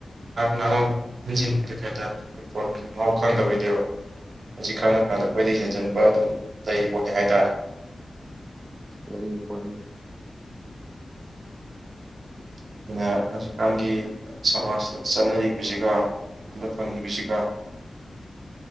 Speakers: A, on the right; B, on the right.
A: ꯉꯥꯡꯕ ꯍꯟꯖꯤꯟꯕꯒꯤꯗ ꯀꯩ ꯍꯥꯏꯇꯥꯥꯔꯦ ꯐꯠ ꯐꯣꯟꯒꯤ ꯃꯍꯥꯎ ꯈꯪꯗꯕꯩꯅꯦꯕ ꯑꯁꯤ ꯈꯪꯉꯀꯥꯟꯗ
B: ꯎꯝ
A: ꯑꯩꯈꯣꯏꯗ ꯍꯦꯟꯖꯤꯟ ꯑꯗꯨ ꯂꯩ ꯄꯣꯠꯅꯤ ꯍꯥꯏꯇꯥꯔꯦ
B: ꯂꯩ ꯐꯅꯤ
A: ꯑꯗꯨꯅ ꯍꯧꯖꯤꯛꯀꯥꯟꯒꯤ ꯁꯃꯥꯖꯇ ꯆꯠꯅꯔꯤꯕꯁꯤꯒ ꯑꯗ ꯐꯪꯉꯁꯤꯒ